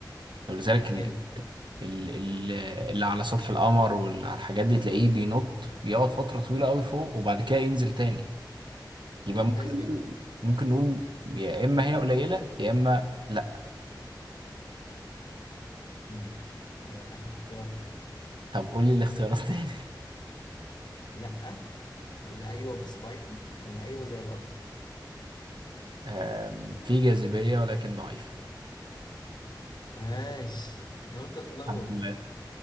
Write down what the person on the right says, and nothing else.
ولذلك ال-
ال- ال- اللي على سطح القمر واللي على الحاجات دي تلاقيه بينط بيقعد فتره طويله قوي فوق وبعد كده ينزل تاني يبقى
ممكن
نقول ممكن نقول يا اما هي قليله يا اما لا
طب قول لي الاختيارات تاني <laughs>
آم، في جاذبيه ولكن ضعيفه
الحمد لله.